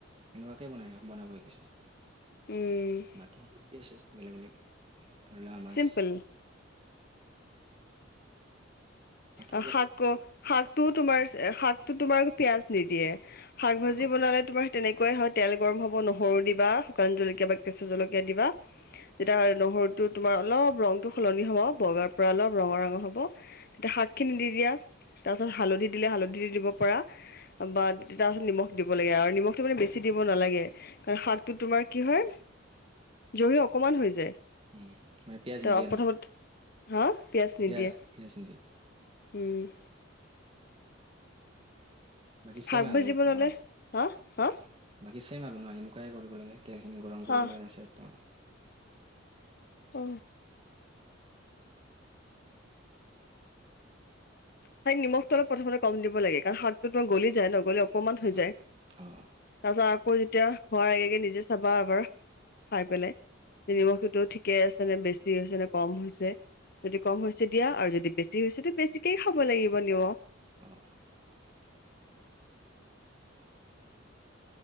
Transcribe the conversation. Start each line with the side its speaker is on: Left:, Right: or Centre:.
Right: এনেকুৱাকৈ বনায় বনাব শিকিছোঁ।
Left: উম।
Right: বাকী শিকি আছোঁ বেলেগ বেলেগ ধৰি লোৱা মাছ।
Left: চিম্পল
Right: বাকী
Left: আৰু
Right: এইবিলাক
Left: শাক শাকটোও তোমাৰ শাকটো তোমাৰ পিয়ঁয়াজ নিদিয়ে। শাক ভাজি
Right: শাকত
Left: বনালে তোমাৰ তেনেকুৱাই হয় তেল গৰম হ'ব নহৰু দিবা শুকান জলকীয়া বা কেঁচা জলকীয়া দিবা যেতিয়া নহৰুটো তোমাৰ অলপ ৰংটো সলনি হব বগাৰ পৰা অলপ ৰঙা ৰঙৰ হ'ব তেতিয়া শাকখিনি দি দিয়া তাৰপাছত হালধি দিলে হালধি দি দিব পৰা বা তাৰপাছত নিমখ দিব লাগে আৰু নিমখটো মানে বেছি দিব নালাগে কাৰণ শাকটোত তোমাৰ কি হয় জহি অকমান হৈ যায়।
Right: উ মানে পিয়াজ
Left: ত
Right: নদিয়ে
Left: প্ৰথমত
Right: ন।
Left: হা পিয়ঁয়াজ নিদিয়ে।
Right: পিয়াজ পিয়াজ নিদিয়ে।
Left: উম।
Right: বাকি চেম
Left: শাক
Right: আৰু
Left: ভাজি
Right: অ।
Left: বনালে হা হা
Right: বাকী ছেম আৰু ন এনেকুৱাই কৰিব লাগে তেলখিনি গৰম
Left: হা
Right: কৰিব লাগে তাৰপিছত
Left: অ। সেই নিমখটো অলপ প্ৰথমতে কম দিব লাগে কাৰণ শাকতোটো গলি যায় নহলে অকমান হৈ
Right: অ
Left: যায়।
Right: অ
Left: তাৰপিছত আকৌ যেতিয়া হোৱাৰ আগে আগে নিজে চাবা এবাৰ খাই পেলাই যে
Right: হয়
Left: নিমখটো ঠি কে আছে নে বেছি হৈছে নে কম হৈছে যদি কম হৈছে দিয়া আৰু যদি বেছি হৈছেতো বেছিকে খাব লাগিব নিমখ।
Right: অহ।